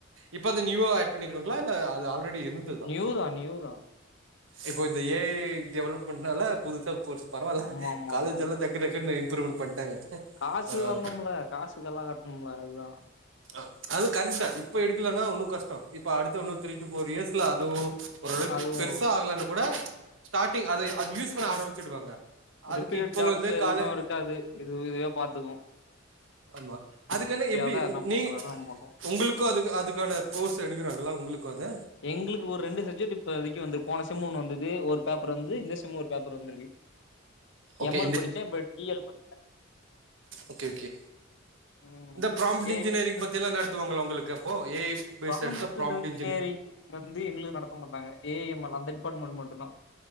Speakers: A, on the right; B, on the left.
A: இப்பதா நியூவா ஆட் பண்ணிருக்காங்களா இல்ல அது ஆல்ரெடி இருந்
B: நியூதா நியூதா
A: இப்போ இந்த ஏ ஐ டெவலப்மெண்ட்னால புதுசா கோர்ஸ் பரவால்ல
B: ஆமா ஆமா
A: காலேஜெல்லா
B: ஆமா ஆமா
A: டக் கு டக்குனு இம்ப்ரூமன்ட் பண்ட்டாங்க
B: காசு
A: பரவால்ல
B: வரணுமில்ல காசு கல்லா கட்ணுமில்ல அதுதா
A: அ அது கரக்ட்தா இப்ப எடுக்கலன்னா உன்னு கஷ்டோ இப்ப அடுத்த உன்னு த்ரீ டு ஃபோர் இயர்ஸ்ல அதுவு ஓரளவுக்கு
B: அதுவு
A: பெருசா ஆகலன்னா கூட ஸ்டாட்டிங் அ அது யூஸ் க்குன்னு ஆரம்பிச்சிடுவாங்க அதுக்கு
B: ரிப்பீட்டட்
A: இப்பல
B: ஜாப்ஸ்
A: இருந்தோ
B: எதுக்கு
A: காலே
B: இருக்காது இது இதுவே பாத்துக்கும்
A: ஆமா அதுக்குன்னு எப்டி
B: தா எதனா
A: நீ
B: பண்றதுனா பண்ணுவோ
A: உங்களுக் கும் அது அதுக்கான கோர்ஸ் எடுக்கறாங்கல்ல உங்களுக்கும் அத
B: எங்களுக்கு ஒரு ரெண்டு சப்ஜெக்ட் இப்போ வரைக்கு வந்து போன செம் ஒன்னு வந்தது ஒரு பேப்பரு வந்து இந்த செம் ஒரு பேப்பரு வந்திருக்கு
A: ஓகே
B: எம் எல் படிச்சே இப்ப டி எல் படிக்கிறே
A: ஓக்கே ஓக்கே
B: ம்
A: இந்த ப்ராம்ட்
B: ஏ
A: இன்ஜினியரிங்
B: ரிலேட்டடா
A: பத்தில்லா நடத்துவாங்களா உங்களுக்கு அப்போ ஏ ஐ பேஸ்
B: ப்ராம்ப்ட்
A: எடுத்தா ஃப்ராம்ட் இன்
B: இன்ஜினியரிங் வந்து எங்களுக்கு நடத்த மாட்டாங்க ஏ எம் எல் அந்த டிபார்ட்மெண்ட் மட்டுந்தா